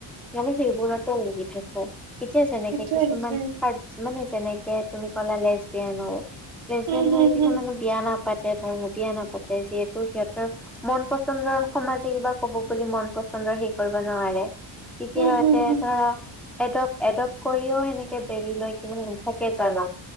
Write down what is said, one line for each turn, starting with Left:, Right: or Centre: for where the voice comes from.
Centre: সেইবোৰত হেইবোৰতে উলমি থাকিব। এতিয়া যেনেকে
Right: সেইটোৱে
Centre: কিছুমানাৰ
Right: সেইটোৱে
Centre: মানে যেনেকে তুমি ক'লা লেচ দিয় ন। লেচবিয়ান
Right: উম
Centre: কিছুমানে বিয়া নাপাতে ধৰ্ম বিয়া নাপাতে যিহেতু সিহঁতৰ মন্ত পচন্দৰ সমাজে কিবা কব বুলি মন পচন্দৰ হেই কৰিব নোৱাৰে। তেতিয়া সিহঁতে
Right: হম হম
Centre: ধৰা। এডপ্ট এডপ্ট কৰিও সেনেকে বেবী লৈ কিনে নিচাকে জানো।